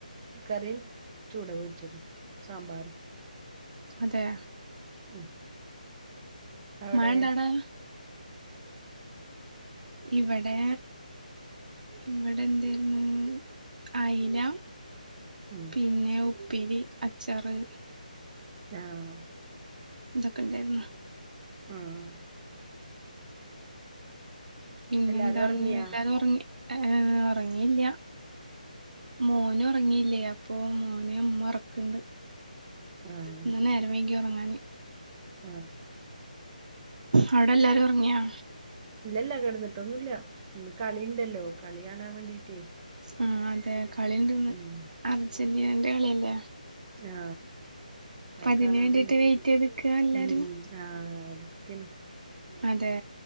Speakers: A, on the right; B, on the right.
A: കറിം ചൂട പൊരിച്ചതും സാമ്പാറും
B: അതെ!
A: ഉം.. അവടെ
B: മഴ ഇണ്ടാടാ ഇവടെ ഇവടെ എന്തേര്ന്നു അയില
A: ഉം
B: പിന്നെ ഉപ്പേരി, അച്ചാറ്
A: ആഹ!
B: തോക്കെ ഉണ്ടായിരുന്നു?
A: മ്മ്..
B: പിന്നെ
A: എല്ലാരും
B: ന്താണ്
A: ഒറങ്ങിയാ
B: എല്ലാരും ഒറങ്ങി ഓറങ്ങില്ല്യ മോന് ഒറങ്ങിയില്ല്യ അപ്പൊ മോനെ ഉമ്മ ഒറക്കണ്ട്
A: ആഹ്
B: ഇന്ന് നേരം വൈകി ഒറങ്ങാന്
A: ആഹ!
B: അവിടെ എല്ലാരും ഒറങ്ങിയാ?
A: ഇല്ലല്ല കിടന്നിട്ടൊന്നുല്ല കളി ഉണ്ടല്ലോ കളി കാണാൻ വേണ്ടീട്ട്
B: ആ.. അതെ കളിണ്ട്ന്ന്
A: ഉം
B: അർജന്റീനന്റെ കളിയല്ലേ
A: ആഹ!..
B: അപ്പൊ
A: അകാണാൻ
B: അതിന് വേണ്ടിട്ട്
A: വേണ്ടിട്ട
B: വെയിറ്റ് ചെയ്ത് നിക്കാ എല്ലാരും
A: ഉ ആ ചിക്കന്
B: അതെ!